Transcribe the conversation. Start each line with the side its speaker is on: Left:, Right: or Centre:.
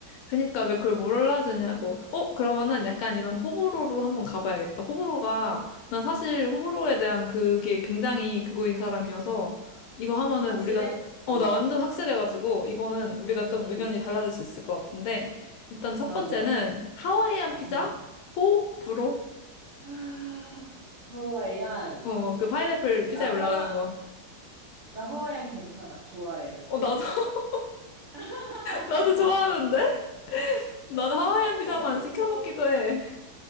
Left: 그니까 왜 그걸 몰라주냐고. 어, 그러면은 약간
Right: 음.
Left: 이런 호불호로 한번 가봐야겠다. 호불호가, 난 사실 호불호에 대한 그게 굉장히 그거인 사람이어서, 이거 하면은
Right: 확실해?
Left: 우리가,
Right: 어.
Left: 어, 나 완전 확실해가지고, 이거는 우리가
Right: 음.
Left: 좀 의견이 달라질 수 있을 것 같은데, 일단 첫
Right: 좋아,
Left: 번째는
Right: 좋아.
Left: 하와이안 피자?
Right: 음.
Left: 호불호?
Right: <gasps> 하, 하와이안.
Left: 어, 그 파인애플 피자에
Right: 나 하와,
Left: 올라가는 거.
Right: 나 하와이안 괜찮아. 좋아해.
Left: 어, 나도, <laughs>
Right: <laughs>
Left: 나도 좋아하는데? 난 하와이안 피자만
Right: 어,
Left: 시켜
Right: 그거,
Left: 먹기도 해.